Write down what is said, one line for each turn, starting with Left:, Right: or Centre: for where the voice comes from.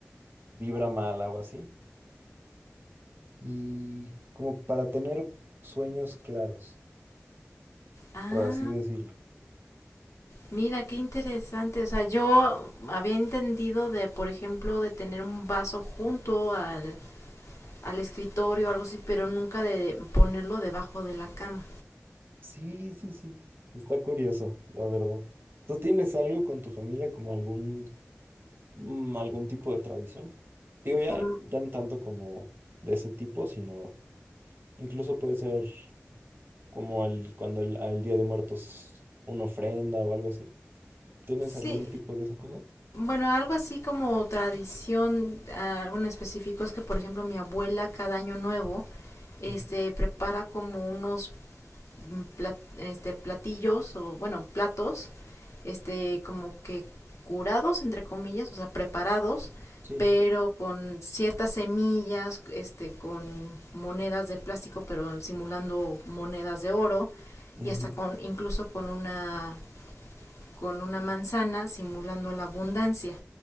Right: vibra mala o así. Y como para tener sueños claros,
Left: Ah,
Right: por así decirlo.
Left: mira, qué interesante. O sea, yo había entendido de, por ejemplo, de tener un vaso junto al, al escritorio o algo así, pero nunca de ponerlo debajo de la cama.
Right: Sí, sí, sí. Está curioso, la verdad. ¿Tú tienes algo con tu familia como algún, mm, algún tipo de tradición? Digo, ya,
Left: Mm,
Right: ya no tanto como de ese tipo, sino incluso puede ser como el, cuando el, al Día de Muertos una ofrenda o algo así. ¿Tienes algún
Left: Sí,
Right: tipo de esa cosa?
Left: Bueno, algo así como tradición, ah, algo en específico es que, por ejemplo, mi abuela cada año nuevo, este,
Right: Ujú.
Left: prepara como unos mm, plat- este, platillos o, bueno, platos, este, como que curados, entre comillas, o sea, preparados,
Right: Sí.
Left: pero con ciertas semillas, este, con monedas de plástico, pero simulando monedas de oro,
Right: Ujú.
Left: y hasta con, incluso con una, con una manzana simulando la abundancia